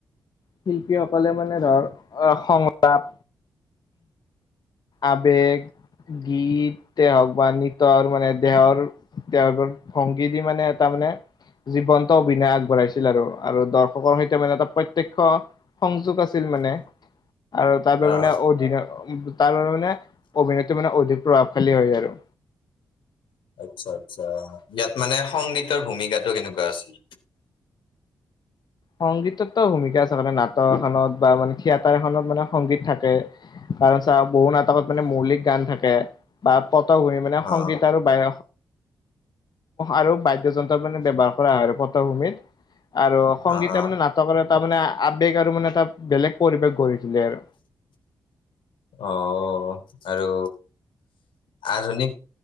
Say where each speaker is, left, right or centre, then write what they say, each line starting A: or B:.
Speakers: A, on the left; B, on the left.
A: শিল্পীসকলে মানে ধৰ, অ সংলাপ আৱেগ, গীতেই হওঁক বা নৃত্যৰ মানে দেহৰ তেওঁৰ ভংগী দি মানে এটা মানে জীৱন্ত অভিনয় আগবঢ়াইছিল আৰু। আৰু দৰ্শকৰ সৈতে মানে এটা প্ৰত্যক্ষ সংযোগ আছ ছিল মানে আৰু তাৰপৰা
B: অ'
A: মানে অধীনৰ তাৰ বাবে মানে অভিনয়টো মানে অধিক প্ৰভাৱশালী হয় আৰু।
B: আচ্ছা আচ্ছা, ইয়াত মানে সংগীতৰ ভূমিকাটো কেনেকুৱা আছিল?
A: সংগীতৰতো ভূমিকা আছে, কাৰণ নাটক এখনত বা মানে থিয়েটাৰ এখনত মানে সংগীত থাকে। কাৰণ চা বহু নাটকত মানে মৌলিক গান থাকে। বা পটভূমি মানে
B: অ'
A: সংগীত আৰু বায় আৰু বাদ্যযন্ত্ৰ মানে ব্যৱহাৰ কৰা হয় পটভূমিত, আৰু সংগীতে
B: অ' অ'
A: মানে নাট এটা তাৰমানে আৱেগ আৰু মানে তাত বেলেগ পৰিৱেশ গঢ়ি তোলে আৰু।
B: অ' আৰু আধুনিক